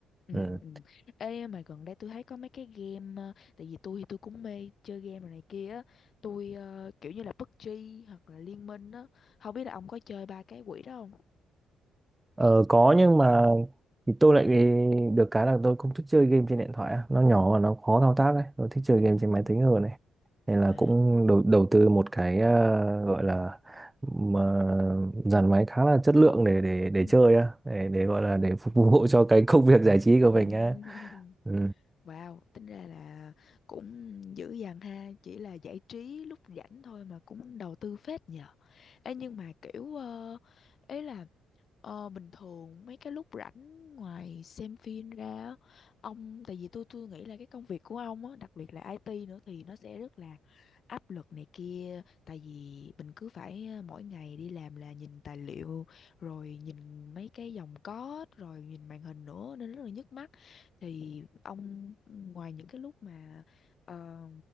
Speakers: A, on the left; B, on the right.
A: Ừ,
B: ừ.
A: ừ, ừ. Ê mà gần đây tôi thấy có mấy cái game ờ, tại vì tôi thì tôi cũng mê chơi game rồi này kia á tôi ờ, kiểu như là PUBG hoặc là Liên Minh á không biết là ông có chơi ba cái quỷ đó không
B: Ờ, có nhưng mà thì tôi lại được cái là tôi không thích chơi game trên điện thoại á. nó nhỏ và nó khó thao tác đấy tôi thích chơi
A: ừ.
B: game trên máy tính hơn này nên là
A: à
B: cũng đầu đầu tư một cái ờ, gọi là mà dàn máy khá là chất lượng để để để
A: Ừ.
B: chơi á để để gọi là để phục vụ <laughs> cho cái công việc giải trí của
A: ừ.
B: mình
A: <laughs>
B: á ừ.
A: Wow, tính ra là cũng dữ dằn ha, chỉ là giải trí lúc rảnh thôi mà cũng đầu tư phết nhờ. Ê nhưng mà kiểu ờ, ấy là Ờ, bình thường mấy cái lúc rảnh ngoài xem phim ra á, ông tại vì tôi tôi nghĩ là cái công việc của ông á đặc biệt là IT nữa thì nó sẽ rất là áp lực này kia tại vì mình cứ phải ờ, mỗi ngày đi làm là nhìn tài liệu rồi nhìn mấy cái dòng code rồi nhìn màn hình nữa nên rất là nhức mắt thì ông ngoài những cái lúc mà ờ,